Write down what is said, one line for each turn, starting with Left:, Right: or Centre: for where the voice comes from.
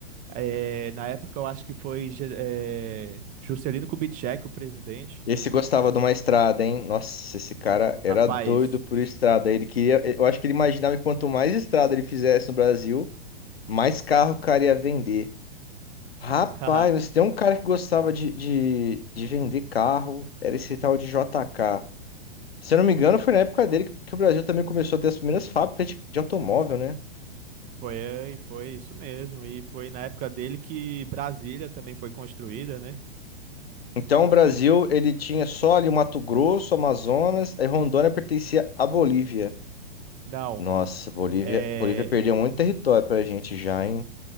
Right: eh, na época, eu acho que foi Ge- eh, Juscelino Kubitschek, o presidente.
Left: Esse gostava de uma estrada, hein? Nossa, esse cara era
Right: Rapaz,
Left: doido por estrada. Ele queria, eu acho que ele imaginava que quanto mais estrada ele fizesse no Brasil, mais carro o cara ia vender. Rapaz,
Right: <laughs>
Left: mas tem um cara que gostava de, de, de vender carro, era esse tal de J K Se eu não me engano, foi na época dele que que o Brasil também começou a ter as primeiras fábricas de, de automóvel, né?
Right: foi, foi isso mesmo. E foi na época dele que Brasília também foi construída, né?
Left: Então, o Brasil, ele tinha só ali o Mato Grosso, Amazonas, aí Rondônia pertencia à Bolívia.
Right: Não,
Left: Nossa, Bolívia,
Right: é,
Left: Bolívia perdeu muito território pra gente já, hein?